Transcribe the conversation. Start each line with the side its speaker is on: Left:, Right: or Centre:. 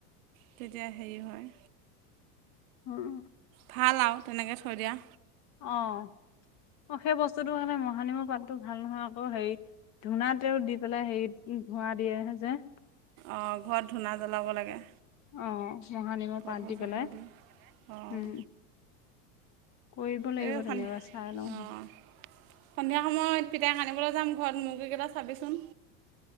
Right: তেতিয়া হেৰি হয়।
Left: উম।
Right: ভাল আৰু তেনেকৈ থৈ দিয়া।
Left: আহ। অ', সেই বস্তুটো কাৰণে মহানিমৰ পাতটো ভাল নহয় আকৌ হেৰি ধূনাতেও দি পেলাই হেৰি ধোৱা দিয়ে যে।
Right: অ', ঘৰত ধূনা জ্বলাব লাগে।
Left: অ', মহানিমৰ
Right: কপৌ
Left: পাত দি
Right: চপৌ
Left: পেলাই
Right: অঁ
Left: উম। কৰিব লাগিব
Right: এই সন্ধিয়া
Left: তেনেকুৱা চাই লওঁ।
Right: অঁ সন্ধিয়া সময়ত পিতাই আনিবলৈ যাম ঘৰত মুৰ্গীকেইটা চাবিচোন।